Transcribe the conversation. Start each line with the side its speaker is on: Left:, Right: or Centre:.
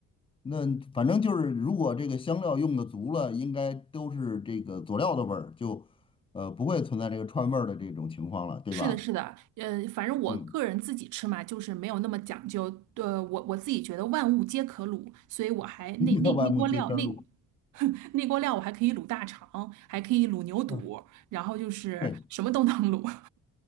Left: 那反正就是，如果这个香料用的足了，应该都是这个佐料的味儿，就呃不会存在这个串味儿的这种情况了，对吧？
Right: 是的，是的，呃，反正我个人自己吃嘛，
Left: 嗯。
Right: 就是没有那么讲究。呃，我我自己觉得万物皆可卤，所以我还那那那锅料那
Left: <laughs> 你要把木街圈卤。
Right: <laughs> 那锅料我还可以卤大肠，还可以卤牛肚，
Left: 嗯
Right: 然后就是什么都能卤。
Left: 对，